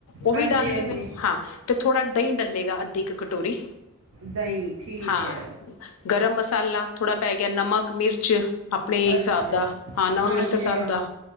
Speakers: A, on the left; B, on the right.
A: ਓ ਵੀ
B: ਹਾਂਜੀ
A: ਡਾਲ
B: ਹਾਂਜੀ
A: ਨੇ ਵੇ ਹਾਂ। ਤੇ ਥੋੜ੍ਹਾ ਦਹੀਂ ਡੱਲੇਗਾ ਅੱਧੀ ਕ ਕਟੋਰੀ
B: ਦਹੀਂ ਠੀਕ
A: ਹਾਂ।
B: ਹੈ
A: ਗਰਮ ਮਸਾਲਾ ਥੋੜ੍ਹਾ ਪੈ ਗਿਆ ਨਮਕ, ਮਿਰਚ। ਆਪਣੇ
B: ਅੱਛਾ
A: ਹਿਸਾਬ ਦਾ ਹਾਂ ਨਮਕ
B: ਹਾਂਜੀ
A: ਮਿਰਚ ਦੇ ਸਾਬ
B: ਹਾਂ
A: ਦਾ